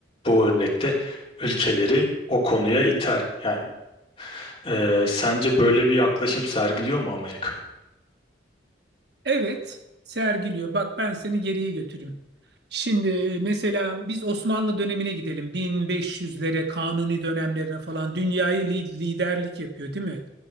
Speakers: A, on the left; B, on the right.
A: bu örnekte ülkeleri o konuya iter. Yani e, sence böyle bir yaklaşım sergiliyor mu Amerika?
B: Evet. Sergiliyor. Bak ben seni geriye götüreyim. Şimdi e, mesela biz Osmanlı dönemine gidelim. 1500'lere, Kanuni dönemlerine falan dünyayı li- liderlik yapıyor, değil mi?